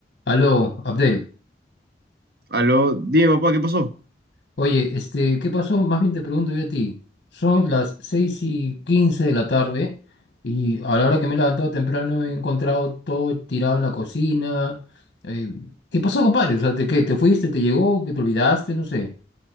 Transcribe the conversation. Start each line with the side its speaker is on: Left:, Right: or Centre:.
Left: Aló, Abdel.
Right: Aló, dime papá, ¿qué pasó?
Left: Oye, este, ¿qué pasó? Más bien te pregunto yo a ti. Son las 6 y 15 de la tarde y a la hora que me he levantado temprano he encontrado todo tirado en la cocina. Eh, ¿qué pasó, compadre? O sea, ¿te, qué, te fuiste? ¿Te llegó? ¿Que te olvidaste? No sé.